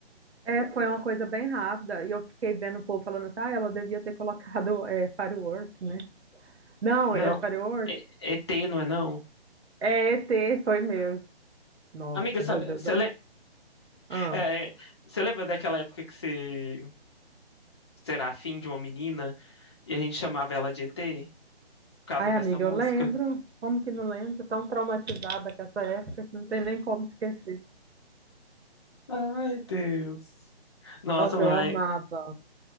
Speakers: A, on the right; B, on the left.
A: É, foi uma coisa bem rápida. E eu fiquei vendo o povo falando assim, ah, ela devia ter colocado é, Firework, né? Não,
B: Não,
A: é Firework?
B: é, ET, não é não?
A: É ET, foi meu. Nossa,
B: Amiga, você
A: meu Deus.
B: le-
A: Ah.
B: é, é, você lembra daquela época que você você era afim de uma menina e a gente chamava ela de ET por causa
A: Ai,
B: dessa
A: amiga,
B: música?
A: eu lembro. Como que não lembro? Tão traumatizada com essa época que não tem nem como esquecer.
B: Ai, Deus. Nossa,
A: Nossa,
B: mas
A: eu amava.